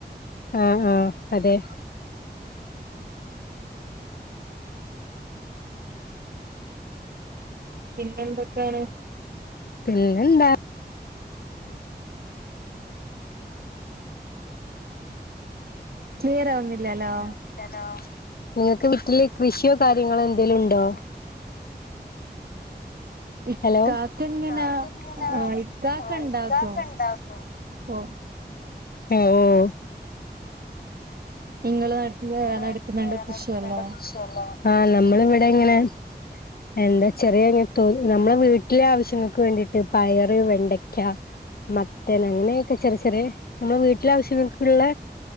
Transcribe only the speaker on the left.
ആഹ് ആഹ് അതെ
പിന്നെന്താ <inaudible>
<inaudible> നിങ്ങക്ക് വീട്ടില് കൃഷിയോ കാര്യങ്ങളോ എന്തേലു ഉണ്ടോ
ഹലോ ഇക്കാക്ക
എങ്ങനാ
ഇക്കാക്ക ഇണ്ടാക്കും
ആ ഓ ഓ
നിങ്ങൾ
നടത്തുന്ന കൃഷിയല്ലേ ആ നമ്മൾ ഇവിടെ ഇങ്ങനെ എന്താ ചെറിയ നമ്മളെ വീട്ടിലെ ആവശ്യങ്ങൾക്ക് വേണ്ടിയിട്ട് പയറ് വെണ്ടയ്ക്ക മത്തൻ അങ്ങനെയൊക്കെ ചെറിയ ചെറിയ നമ്മെ വീട്ടിലെ ആവശ്യങ്ങൾക്കുള്ള